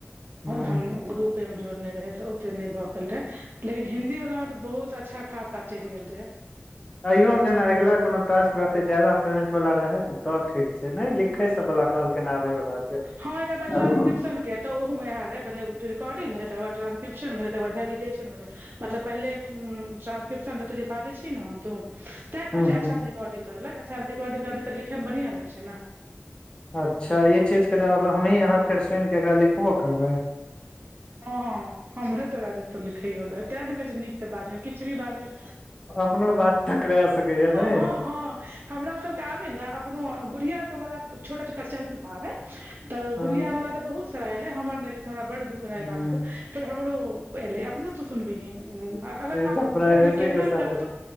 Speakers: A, on the left; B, on the right.
A: ह
B: हम ग्रुप जोड़ने रहै तऽ ओते नहि भऽ पयल रहे लेकिन हिन्ददी वाला मे तऽ बहुत अच्छा खास बा चढ़ि गेल रहै।
A: अयोमे जेना अगिला कोनो टास्क रहतै जादाा पेमेंट वाला रहै ने तऽ ठीक छैय नहि देखै सब बला कहलकिन आबै बला छैय
B: हँ एकर बाद ट्रांसक्रिप्शन
A: अभी।
B: के तऽ ओहमे पहि रिकॉर्डिंग भेलै तकर बाद ट्र्स्क्रिपशन भेलै तकर बाद बेलीडेशन भेलै। मतलब पहिले छलै ट्रांसक्रिप्शन जे बाजै छी ने हम तू तैँ कहै
A: हूँ
B: छैय
A: हूँ
B: अच्छासँ रिकॉर्डिंग कर लक अच्छास रिकॉर्डिंग करबै तऽ लिैमेढ़आँ रहै छैय ने।
A: अच्छा ई चीजके जाब हमहीँ अहाँ फेर सुनिकऽ एकरा लिखबो करबै।
B: हँ हँ हमहे तोरा देतौ लिखैयो लए तैँ ने कहै छ नीकसँ बाजियौ किछु भी बाजौ।
A: कोनो बात टकराय सकैया ने।
B: हँ हँ हमरा सभके आबे ने अपनो गुड़िया वला छोटा छोटा पचङ्क मे आबै। तऽ
A: हँ
B: गुड़िया वाला तऽ बहुत सारा एलै हमर नहि एलै तऽ हमरा बड़् दुख रहै एहि
A: हूँ
B: बातके। फेर हमरो एले अपनो तो सुनबहीही अगर
A: ई
B: आब
A: तऽ प्राइवेसी
B: केना
A: के साथ
B: करतौ।